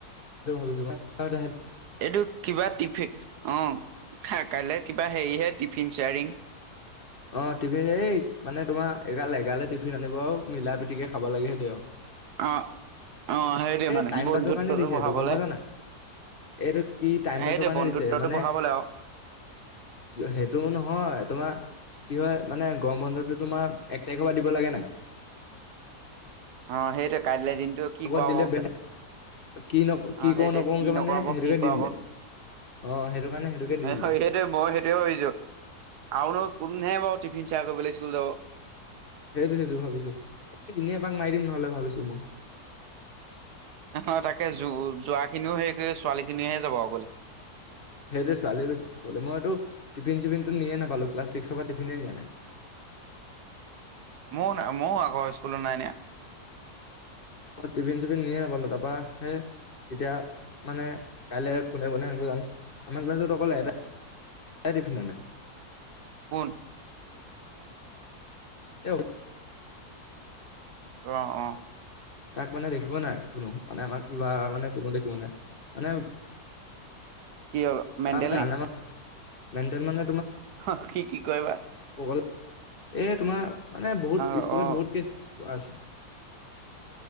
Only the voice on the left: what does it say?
ভাবিছোঁ <inaudible>
অ', টিফি এই মানে তোমাৰ এগাল, এগালে টি ফিন আনিব আৰু, মিলা প্ৰীতিকে খাব লাগে সেইটোয়ে আৰু।
এ,
টাইম
পাছৰ কাৰণে দিছে
এইটো, গম পাইছানে নাই? এইটো কি টাইম
পাছৰ কাৰণে
দিছে, মানে
হেইটো নহয়, তোমাৰ কি হয়, মানে গৰম বন্ধটো তোমাৰ এক তাৰিখৰ পৰা দিব লাগে নাই?
আগত
দিলে বেলেগ
কি ন
কি
কৰো নকৰোকে
মানে সেইটোকে
দি দিলে অ সেইটো
কাৰণে সেইটোকে দি দিলে
সেইটো, সেইটো ভাবিছোঁ, এনেই এপাক মাৰি দিম নহ'লে ভাবিছোঁ মই।
সেইটোৱে ছোৱালীয়ে বেছি <unintelligible> মইটো টিফিন, চিফিনটো নিয়ে নাপালোঁ, ক্লাচ ছিক্সৰ পৰা টিফিনে নিয়া নাই।
অ', টিফিন, চিফিন নিয়ে নাপালোঁ তাপা সেই এতিয়া মানে কাইলে কোনে, কোনে <unintelligible> জানো, আমাৰ ক্লাছত অকল এটা টিফিন আনে
<unintelligible>
তাক মানে দেখিব নাই কোনো মানে আমাক লৰা মানে কোনো দেখিব নাই মানে
তাৰ মানে
মেণ্টেল মানে,
অ' এই তোমাৰ মানে বহুত
স্কুলত
বহুতকে আছে।